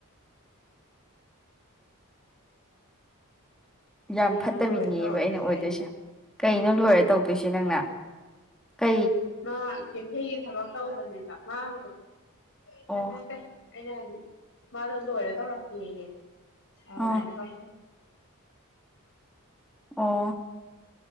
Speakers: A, on the left; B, in the centre.
A: ꯀꯔꯤꯅ
B: ꯌꯥꯝ ꯐꯠꯇꯕꯤꯅꯦꯕ
A: ꯂꯣꯏꯔꯦ ꯇꯧꯔꯛꯇꯣꯏꯁꯦ
B: ꯑꯩꯅ ꯑꯣꯏꯗꯣꯏꯁꯦ
A: ꯑꯩ
B: ꯀꯩꯅꯣ ꯂꯣꯏꯔꯦ ꯇꯧꯗꯣꯏꯁꯦ ꯅꯪꯅ ꯀꯣ
A: ꯃꯥ ꯆꯩꯦꯛꯊꯩꯒꯤ ꯊꯕꯛ ꯇꯧꯕꯅꯦꯕ ꯃꯥꯕꯒꯨꯝ
B: ꯑꯣ
A: ꯀ ꯍꯥꯏ ꯇ ꯑꯩꯅ ꯍꯥꯏꯗꯤ ꯃꯥꯗꯣ ꯂꯣꯏꯔ ꯇꯧꯔꯛꯀꯦꯌꯦ ꯑꯗꯨꯗ
B: ꯑꯥ
A: ꯑꯩꯅ ꯀꯛꯆꯦ
B: ꯑꯣ